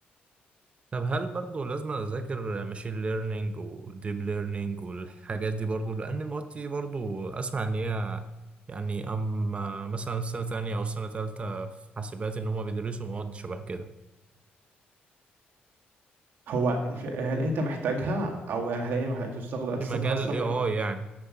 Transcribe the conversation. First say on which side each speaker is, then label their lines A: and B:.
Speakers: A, on the right; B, on the right.
A: طب هل برضه لازم اذاكر ماشين ليرنينج وديب ليرنينج والحاجات دي برضه لان المواد دي برضه اسمع ان هي يعني اما مثلا في سنه تانية او سنه تالتة في حاسبات ان هم بيدرسوا مواد شبه كده
B: هو الف- هل انت محتاجها او يعني هل هي هتستخدم هتستخدم
A: في مجال
B: مثلا
A: الاي اي يعني